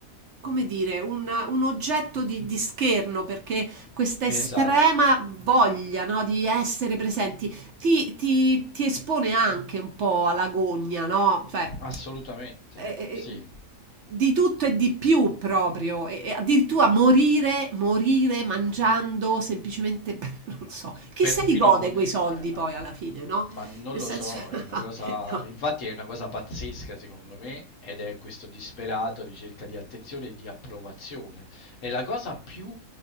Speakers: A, on the right (about 60°); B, on the left (about 60°).
A: come dire, un, un oggetto di, di scherno, perché questa estrema
B: Esatto.
A: voglia, no, di essere presenti ti, ti- ti espone anche un po' all'agonia, no? Cioè,
B: Assolutamente,
A: eh, eh,
B: sì.
A: eh, di tutto e di più proprio, e, e addirittura morire, morire mangiando semplicemente, <laughs> per- non lo so, chi
B: Per
A: se
B: fino
A: li gode
B: a mo
A: quei soldi
B: cioè, ma
A: poi alla fine, no?
B: ma non
A: Nel
B: lo
A: senso,
B: so,
A: <laughs>
B: è una cosa infatti è una cosa pazzesca secondo me ed è questo disperato ricerca di attenzione e di approvazione. È la cosa più